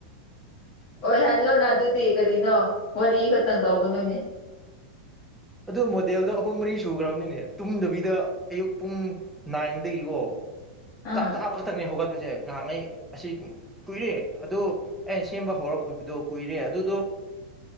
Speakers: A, on the left; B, in the centre.
A: ꯑꫭꯏ ꯍꯜꯂꫭ ꯅ ꯑꯗꯨꯗꯤ ꯀꯔꯤꯅꯣ ꯋꯥꯔꯤ ꯈꯛꯇꯪ ꯇꯧꯒꯅꯨꯅꯦ꯫
B: ꯑꯗꯨ ꯃꯣꯗꯦꯜꯗꯣ ꯑꯍꯨꯝ ꯃꯔꯤ ꯁꯨꯈ꯭ꯔꯥꯕꯅꯤꯅꯦ ꯇꯨꯝꯗꯕꯤꯗ ꯑꯌꯨꯛ ꯄꯨꯡ ꯅꯥꯏꯟꯗꯒꯤꯀꯣ
A: ꯑꯥ
B: ꯆꯥꯛ ꯆꯥꯕ ꯈꯛꯇꯪꯅꯦ ꯍꯧꯒꯠꯄꯁꯦ ꯉꯥꯏꯍꯥꯛꯉꯩ ꯑꯁꯤ ꯀꯨꯏꯔꯦ ꯑꯗꯨ ꯑꯩꯅ ꯁꯦꯝꯕ ꯍꯧꯔꯛꯈꯤꯕꯗꯣ ꯀꯨꯏꯔꯦ ꯑꯗꯨꯗꯣ